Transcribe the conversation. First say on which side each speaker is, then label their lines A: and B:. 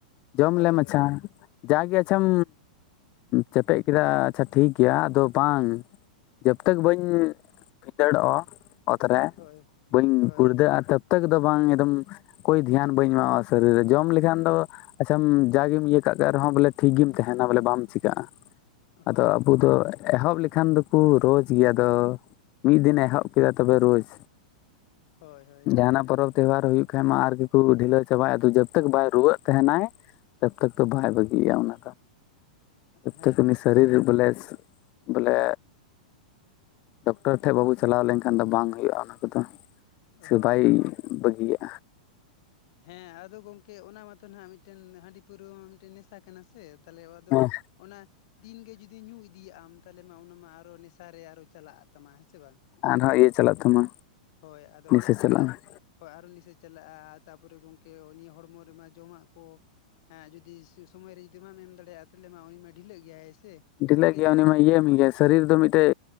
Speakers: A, on the left; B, on the left.
A: ᱡᱚᱢ
B: ᱦᱳᱭ
A: ᱞᱮ ᱢᱟᱪᱷᱟ,
B: ᱦᱳᱭ
A: ᱡᱟᱜᱮ ᱟᱪᱷᱟᱢ, ᱪᱮᱯᱮᱡ ᱠᱮᱫᱟ ᱟᱪᱪᱷᱟ ᱴᱷᱤᱠ ᱜᱮᱭᱟ ᱟᱫᱚ ᱵᱟᱝ ᱡᱚᱵᱛᱚᱠ ᱵᱟᱹᱧ, ᱵᱷᱤᱫᱟᱹᱲᱚᱜᱼᱟ ᱚᱛ ᱨᱮ
B: ᱦᱳᱭ
A: ᱵᱟᱹᱧ
B: ᱦᱳᱭ
A: ᱜᱩᱲᱫᱟᱹᱜᱼᱟ ᱛᱚᱠᱛᱟᱠ ᱫᱚ ᱵᱟᱝ ᱮᱠᱫᱚᱢ, ᱠᱳᱭ ᱫᱷᱮᱭᱟᱱ ᱵᱟᱹᱧ ᱮᱢᱟᱜᱼᱟ ᱥᱚᱨᱤᱨ ᱨᱮ ᱡᱚᱢ ᱞᱮᱠᱷᱟᱱ ᱫᱚ ᱟᱪᱪᱷᱟ ᱡᱟᱜᱮᱢ ᱤᱭᱟᱹ ᱠᱟᱜ ᱠᱟᱜ ᱨᱮᱦᱚᱸ ᱵᱚᱞᱮ ᱴᱷᱤᱠ ᱜᱮᱢ ᱛᱟᱦᱮᱱᱟ ᱵᱚᱞᱮ ᱵᱟᱢ ᱪᱤᱠᱟᱹᱜᱼᱟ,
B: ᱦᱳᱭ
A: ᱟᱫᱚ
B: ᱜᱚᱝᱠᱮ
A: ᱟᱵᱚ ᱫᱚ ᱮᱦᱚᱵ ᱞᱮᱠᱷᱟᱱ ᱫᱚᱠᱚ ᱨᱳᱡ ᱜᱮ ᱟᱫᱚ ᱢᱤᱫ ᱫᱤᱱᱮ ᱮᱦᱚᱵ ᱠᱮᱫᱟ ᱛᱚᱵᱮ ᱨᱳᱡ᱾
B: ᱦᱳᱭ ᱦᱳᱭ
A: ᱡᱟᱦᱟᱱᱟᱜ ᱯᱚᱨᱚᱵᱽ ᱛᱮᱣᱦᱟᱨ ᱦᱩᱭᱩᱜ ᱠᱷᱟᱡ ᱢᱟ ᱟᱨᱜᱤ ᱠᱚ ᱰᱷᱤᱞᱟᱹᱣ ᱪᱟᱵᱟᱭ ᱟᱫᱚ ᱡᱟᱵᱛᱟᱠ ᱵᱟᱭ ᱨᱩᱣᱟᱹᱜ ᱛᱟᱦᱮᱱᱟᱭ᱾ ᱛᱟᱵᱛᱟᱠ ᱫᱚ ᱫᱚ ᱵᱟᱭ ᱵᱟᱹᱜᱤᱭᱟ ᱚᱱᱟ ᱫᱚ ᱛᱟᱯᱛᱟᱠ
B: ᱦᱮᱸ
A: ᱩᱱᱤ
B: ᱜᱚᱝᱠᱮ
A: ᱥᱚᱨᱤᱨ ᱨᱮ ᱵᱚᱞᱮ ᱵᱚᱞᱮ ᱰᱚᱠᱴᱚᱨ ᱴᱷᱮᱡ ᱵᱟᱵᱚ ᱪᱟᱞᱟᱣ ᱞᱮᱱᱠᱷᱟᱱ ᱫᱚ ᱵᱟᱝ ᱦᱩᱭᱩᱜᱼᱟ ᱚᱱᱟ ᱠᱚᱫᱚ᱾ ᱥᱮ
B: ᱦᱳᱭ
A: ᱵᱟᱭ ᱵᱟᱹᱜᱤᱭᱟ᱾
B: ᱦᱮᱸ ᱟᱫᱚ ᱜᱚᱝᱠᱮ ᱚᱱᱟ ᱢᱟᱛᱚ ᱱᱟᱦᱟᱜ ᱢᱤᱫ ‌ᱴᱮᱱ ᱦᱟᱺᱰᱤ ᱯᱟᱹᱣᱨᱟᱹ ᱢᱟ ᱢᱤᱫ ᱴᱮᱱ ᱱᱮᱥᱟ ᱠᱟᱱᱟ ᱥᱮ᱾ ᱛᱟᱞᱮᱣ ᱟᱫᱚ
A: ᱦᱮᱸ
B: ᱚᱱᱟ ᱫᱤᱱᱜᱮ ᱡᱩᱫᱤ ᱧᱩ ᱤᱫᱤᱭᱟᱜᱼᱟᱢ ᱛᱟᱦᱞᱮ ᱢᱟ ᱚᱱᱟᱢᱟ ᱟᱨᱚ ᱱᱮᱥᱟᱨ ᱨᱮ ᱟᱨᱚ ᱪᱟᱞᱟᱜ ᱛᱟᱢᱟ ᱦᱮᱸ ᱥᱮ ᱵᱟᱝ᱾
A: ᱟᱨᱦᱚᱸ ᱤᱭᱟᱹ ᱪᱟᱞᱟᱜ ᱛᱟᱢᱟ᱾
B: ᱦᱳᱭ ᱟᱫᱚ
A: ᱱᱤᱥᱟᱹ
B: ᱚᱱᱟ ᱪᱤᱠᱟ
A: ᱪᱟᱞᱟᱜᱼᱟ
B: ᱦᱚᱭ ᱟᱨ ᱱᱤᱥᱮ ᱪᱟᱞᱟᱜᱼᱟ, ᱛᱟᱨᱯᱚᱨᱮ ᱜᱚᱝᱠᱮ ᱱᱤᱭᱟᱹ ᱦᱚᱲᱢᱚ ᱨᱮᱢᱟ ᱡᱚᱢᱟᱜ ᱠᱚ ᱦᱮᱸ ᱡᱩᱫᱤ ᱥᱚᱢᱚᱭ ᱨᱮ ᱡᱩᱫᱤ ᱵᱟᱢ ᱮᱢ ᱫᱟᱲᱮᱭᱟᱜᱼᱟ, ᱛᱟᱦᱞᱮ ᱢᱟ ᱩᱱᱤ ᱢᱟ ᱰᱷᱤᱞᱟᱹᱜ ᱜᱮᱭᱟᱭ ᱥᱮ᱾
A: ᱰᱷᱤᱞᱟᱹᱜ
B: ᱢᱤᱫᱴᱮᱱ
A: ᱜᱮᱭᱟ
B: ᱡᱮᱢᱚᱱ
A: ᱩᱱᱤ ᱢᱟ ᱤᱭᱟᱹᱮ ᱢᱮ ᱜᱮᱥ ᱥᱟᱨᱤᱨ ᱫᱚ ᱢᱤᱫ ᱴᱮᱜ